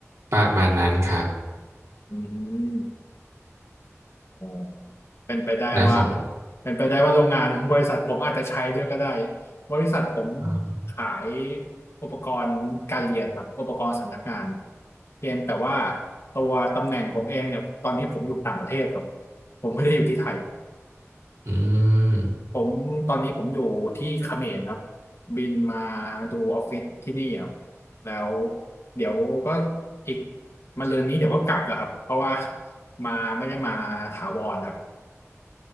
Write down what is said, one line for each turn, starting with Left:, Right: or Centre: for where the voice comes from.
Right: ประมาณนั้นครับ
Left: อืมโอ้เป็นไปได้ว่า
Right: และของ
Left: เป็นไปได้ว่าโรงงานบริษัทผมอาจจะใช้ด้วยก็ได้บริษัทผม
Right: อ๋อ
Left: ขายอุปกรณ์การเรียนครับอุปกรณ์สำนักงานเพียงแต่ว่าตัวตำแหน่งผมเองเนี่ยตอนนี้ผมอยู่ต่างประเทศครับผมไม่ได้อยู่ที่ไทย
Right: อืม
Left: ผมตอนนี้ผมอยู่ที่เขมรครับบินมาดูออฟฟิศที่นี่ครับแล้วเดี๋ยวก็อีกมาเรือนนี้เดี๋ยวก็กลับแล้วครับเพราะว่ามาไม่ได้มาถาวรครับ